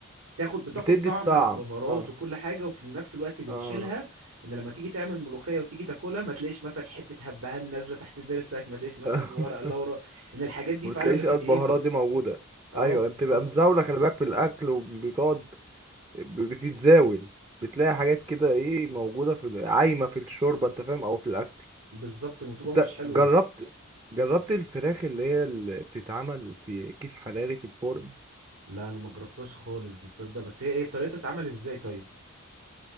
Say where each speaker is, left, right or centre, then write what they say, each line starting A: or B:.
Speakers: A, on the right (about 80°); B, on the right (about 25°).
A: تاخد بتاخد
B: بتدي
A: طعم
B: الطعم
A: البهارات
B: اه
A: وكل حاجة وفي نفس الوقت بتشيلها
B: اه
A: ان لما تيجي تعمل ملوخية وتيجي تاكلها ما تلاقيش مثلا حتة هبهان نازلة تحت ضرسك ما تلاقيش مثلا
B: <laughs>
A: ورق لورا ان الحاجات دي
B: ما
A: فعلا
B: بتلاقيش
A: بتتعبني
B: قوي البهارات دي موجوده
A: اه
B: ايوه
A: بالظبط
B: بتبقى مزاوله خلي بالك في الاكل وبتقعد ب- بتتزاول بتلاقي حاجات كده ايه موجوده في ال- عايمه في الشوربه انت فاهم او في الاكل
A: بالظبط وتبقى
B: انت
A: مش حلوة
B: جربت جربت الفراخ اللي هي اللي بتتعمل في كيس حراري في الفرن
A: لا انا ما جربتهاش خالص دي تصدق بس هي ايه طريقتها بتتعمل ازاي طيب